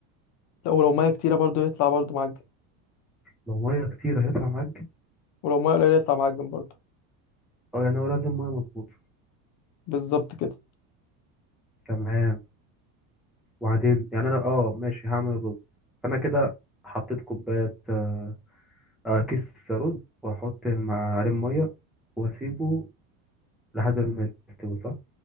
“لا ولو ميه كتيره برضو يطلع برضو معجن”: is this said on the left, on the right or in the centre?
Left